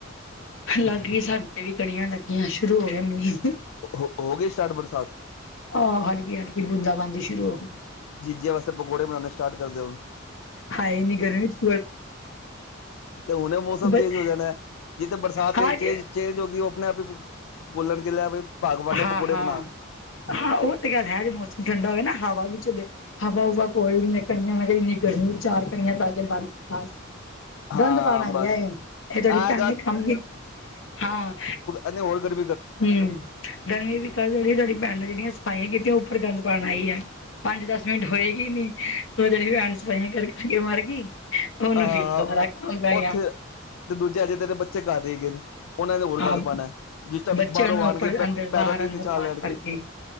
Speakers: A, on the left; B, on the left.
A: ਲੱਗ ਗੀ ਸਾਡੇ ਵੀ, ਕਣੀਆਂ ਲੱਗੀਆਂ ਸ਼ੁਰੂ ਹੋ ਗਿਆ ਮੀਂਹ।
B: ਹੋ, ਹੋ ਗੀ ਸਟਾਰਟ ਬਰਸਾਤ?
A: ਆਹੋ ਹਲਕੀ-ਹਲਕੀ ਬੂੰਦਾ ਬਾਂਦੀ ਸ਼ੁਰੂ ਹੋ ਗੀ ਐ।
B: ਜੀਜੇ ਵਾਸਤੇ ਪਕੌੜੇ ਬਣਾਣੇ ਸਟਾਰਟ ਕਰ ਦੇਓ।
A: ਹਾਏ ਇੰਨੀ ਗਰਮੀ ਚ
B: ਤੇ ਹੁਨੇ ਮੌਸਮ
A: ਬੜੇ
B: ਚੇਂਜ ਹੋ ਜਾਨਾ ਐ। ਜਿੱਥੇ ਬਰਸਾਤ ਤੇ
A: ਹਾਂ
B: ਚੇਂਜ-ਚੇਂਜ
A: ਜੀ
B: ਹੋ ਗੀ, ਉਹ ਆਪਨੇ ਆਪ ਹੀ ਬੋਲਣ ਗੇ ਲੈ ਭਈ ਭਾਗਵਾਨੇ
A: ਹਾਂ
B: ਪਕੌੜੇ
A: ਹਾਂ
B: ਬਨਾ।
A: ਹਾਂ ਉਹ ਤੇ ਗੱਲ ਹੈ ਜੇ ਮੌਸਮ ਠੰਡਾ ਹੋਵੇ ਨਾ, ਹਵਾ ਵੀ ਚੱਲੇ ਹਵਾ ਹੁਵਾ ਕੋਈ ਨੀ ਲ ਕਣੀਆਂ ਮੈਂ ਕਿਹਾ ਇੰਨੀ ਗਰਮੀ ਚਾਰ ਕਣੀਆਂ ਪਾ ਕੇ <unintelligible>
B: ਹਾਂ
A: ਦੰਦ ਪਾਣ ਆਈ
B: ਬਸ
A: ਆ, ਇਹ ਤੁਹਾਡੀ
B: ਐ
A: ਭੈਣ ਨੇ ਕੰਮ ਹਾਂ
B: ਐਨੇ ਹੋਰ ਗਰ
A: ਹੂੰ, ਗਰਮੀ ਵੀ ਕੱਲ ਜਿਹੜੀ ਤੁਹਾਡੀ ਭੈਨ ਨੇ ਜਿਹੜੀਆਂ ਸਫਾਈਆਂ ਕੀਤੀਆਂ ਉੱਪਰ, ਗੰਦ ਪਾਨ ਆਈ ਐ। ਪੰਜ ਦਸ ਮਿੰਟ ਹੋਏਗੀ ਨੀ, ਤੇ ਓ ਜਿਹੜੀ ਭੈਣ ਸਫਾਈਆਂ ਕਰਕੇ-ਕਰਕੇ ਮਰ ਗਈ। ਉਹਨੂੰ
B: ਅਹ
A: ਫਿਰ ਦੋਬਾਰਾ <unintelligible>
B: ਉੱਥੇ ਤੇ ਦੂਜੇ ਅਜੇ ਤੇਰੇ ਬੱਚੇ ਘਰ ਈ ਹੈਗੇ ਨ। ਉਹਨਾਂ ਨੇ ਹੋਰ
A: ਹਾਂ
B: ਗੰਦ ਪਾਣਾ ਐ, ਜਿਸ ਟੈਮ
A: ਬੱਚਿਆਂ
B: ਬਾਹਰੋਂ
A: ਨੂੰ
B: ਆਨ
A: ਉੱਪਰ
B: ਕੇ
A: ਅੰਦਰ ਬਾਹਰ
B: ਪੈਰਾਂ ਦੇ
A: ਅੰਦਰ
B: ਨਿਛਾਣ
A: ਬਾਹਰ
B: ਲੈਣਗੇ।
A: ਕਰਕੇ